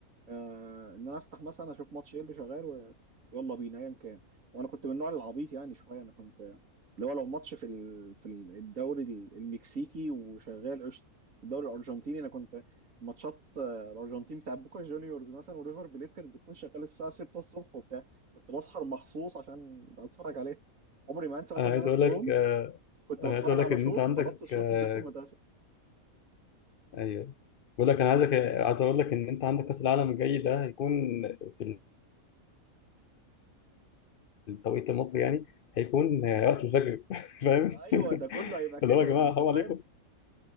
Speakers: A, on the right; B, on the left.
A: آه، ان انا افتح مثلا اشوف ماتش ايه اللي شغال و- ويلا بينا ايا كان وانا كنت من النوع العبيط يعني شويه انا كنت اللي هو لو ماتش في ال- في ال- الدوري ال- المكسيكي وشغال قشطه الدوري الارجنتيني انا كنت ماتشات آه، الارجنتين بتاع بوكا جونيورز مثلا وريفر بليت كانت بتكون شغاله الساعه 6 الصبح وبتاع كنت بسهر مخصوص عشان اتفرج عليها عمري ما انسى مثلا
B: انا عايز
A: ان انا
B: اقول
A: في يوم
B: لك آه،
A: كنت بتفرج
B: انا عايز اقول
A: على
B: لك ان
A: شوط
B: انت عندك
A: وخلصت الشوط
B: آه،
A: ونزلت المدرسه
B: ايوه بقول لك انا عايزك عايز اقول لك ان انت عندك كاس العالم الجاي ده هيكون في التوقيت المصري يعني هيكون وقت الفجر <laughs> فاهم
A: ايوه ده كله هيبقى كده
B: اللي هو يا
A: يعني
B: جماعه
A: انت
B: حرام
A: فاهم
B: عليكم